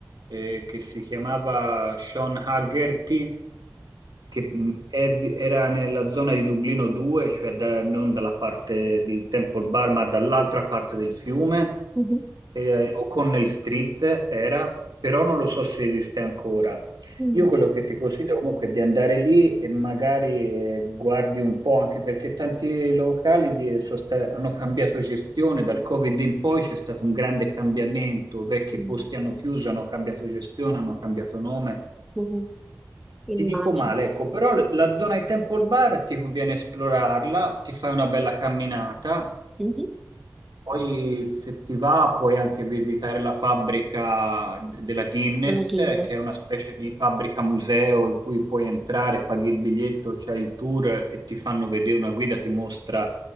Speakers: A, on the right (about 75°); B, in the centre.
A: eh, che si chiamava Sean Haggerty che mh, è- era nella zona di Dublino 2, cioè da- non dalla parte di Temple Bar, ma dall'altra parte del fiume,
B: Mhm,
A: eh, O'Connell Street era, però non lo so se esiste ancora.
B: mhm,
A: Io quello che ti consiglio comunque è di andare lì e magari eh, guardi un po', anche perché tanti locali di- sono sta- hanno cambiato gestione, dal Covid in poi c'è stato un grande cambiamento, vecchi
B: mhm,
A: posti hanno chiuso, hanno cambiato gestione, hanno cambiato nome.
B: mhm, Immagino.
A: Ti dico male, ecco, però l- la zona di Temple Bar ti conviene esplorarla, ti fai una bella camminata,
B: Mhm.
A: poi se ti va puoi anche visitare la fabbrica d- della Guinness,
B: della Guinness.
A: eh, che è una specie di fabbrica museo in cui puoi entrare, paghi il biglietto, c'hai il tour e ti fanno vedere, una guida ti mostra